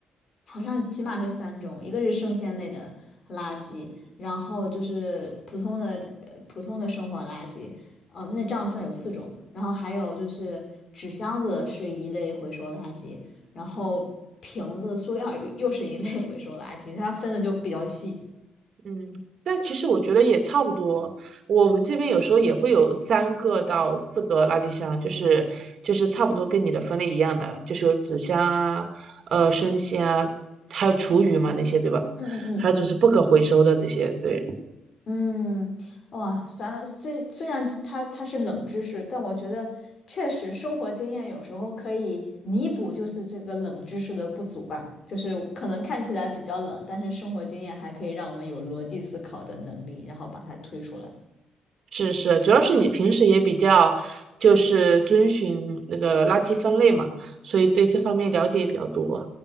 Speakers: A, on the left; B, on the right.
A: 好像起码是三种，一个是生鲜类的垃圾，然后就是普通的呃普通的生活垃圾。哦，那这样算有四种。然后还有就是纸箱子是一类回收垃圾，然后瓶子、塑料又又是一类回收垃圾，它分的就比较细。
B: 嗯，但其实我觉得也差不多。我们这边有时候也会有三个到四个垃圾箱，就是就是差不多跟你的分类一样的，就是有纸箱啊、呃生鲜啊，还有厨余嘛那些，对吧？
A: 嗯嗯嗯
B: 还有就是不可回收的这些，对，
A: 嗯，哇，算了，虽虽然它它是冷知识，但我觉得确实生活经验有时候可以弥补就是这个冷知识的不足吧，就是可能看起来比较冷，但是生活经验还可以让我们有逻辑思考的能力，然后把它推出来。
B: 是是，主要是你平时也比较就是遵循那个垃圾分类嘛，所以对这方面了解也比较多。